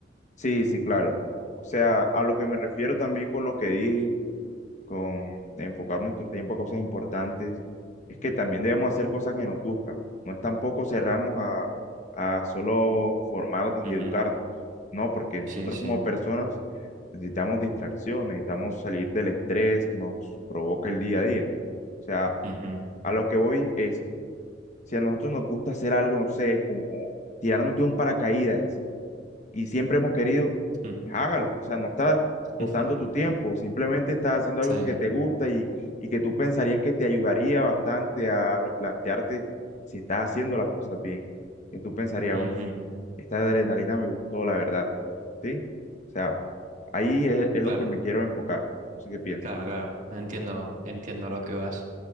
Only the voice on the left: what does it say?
sí, sí, claro. O sea, a lo que me refiero también con lo que dije con enfocar nuestro tiempo a cosas importantes, es que también debemos hacer cosas que nos gustan. No es tampoco cerrarnos a, a solo formarnos y
educarnos, ¿no? Porque nosotros
como personas necesitamos distracción, necesitamos salir del estrés que nos provoca el día a día. O sea,
a lo que voy es, si a nosotros nos gusta hacer algo, no sé, como tirarnos de un paracaídas, y siempre hemos querido,
hágalo. O sea, no estás
botando tu tiempo, simplemente estás haciendo algo
que te gusta y, y que tú pensarías que te ayudaría bastante a replantearte si estás haciendo las cosas bien. Que tú pensarías,
uff, esta adrenalina me gustó, la verdad. ¿Sí? O sea, ahí es, es
lo que me quiero enfocar. No sé qué piensas.